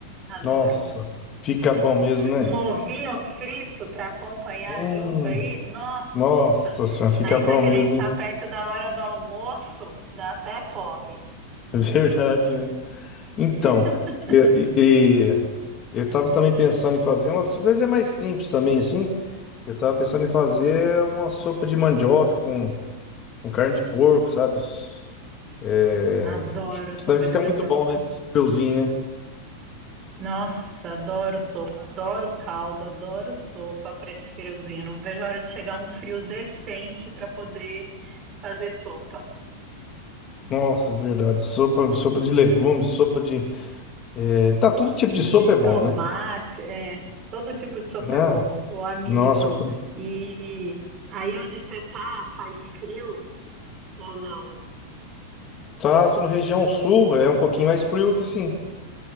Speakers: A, on the right (about 25°); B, on the left (about 25°).
A: adoro.
B: Nossa, fica bom mesmo, né?
A: Um ovinho frito para acompanhar
B: Hum,
A: junto aí, nossa,
B: nossa senhora, fica
A: ainda
B: bom
A: que
B: mesmo,
A: a gente está
B: hein?
A: perto da hora do almoço, dá até fome.
B: <laughs> Verdade, né? Então,
A: <laughs>
B: e- e- e eu estava também pensando em fazer, uma- so, às vezes é mais simples também, assim. Eu estava pensando em fazer uma sopa de mandioca com, com carne de porco, sabe? É,
A: Adoro sopa
B: deve ficar
A: de
B: muito
A: mandioca.
B: bom, né? Esse friozinho, né?
A: Nossa, adoro sopa, adoro caldo, adoro sopa para esse friozinho. Não vejo a hora de chegar um frio decente para poder fazer sopa.
B: Nossa, é verdade. Sopa, sopa de legumes, sopa de. é, tá, todo tipo de sopa
A: De
B: é bom,
A: tomate,
B: né?
A: é, todo tipo de sopa
B: Né?
A: é bom, ô amigo.
B: Nossa, eu tô,
A: E aí onde você tá, faz frio ou não?
B: tá, tô na região sul, é um pouquinho mais frio aqui, sim.